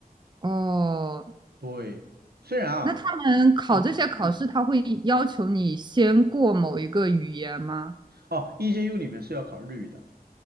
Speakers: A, on the right (about 30°); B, on the right (about 80°).
A: 哦，
B: 对，虽然啊，
A: 那他们考这些考试，
B: 嗯，
A: 他会要求你先过某一个语言吗？
B: 哦，EJU 里面是要考日语的，